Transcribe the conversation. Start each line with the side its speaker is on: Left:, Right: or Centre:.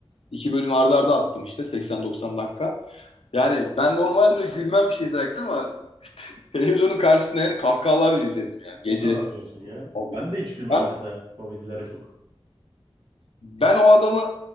Left: İki bölüm arda arda attım işte 80-90 dakika. Yani ben normalde öyle gülmem bir şey izlerken ama televizyonun karşısında yani kahkahalarla izledim yani
Right: O
Left: gece.
Right: kadar diyorsun ya.
Left: Abi.
Right: Ben de hiç gülmem
Left: Ben,
Right: mesela komedilere çok.
Left: ben o adamı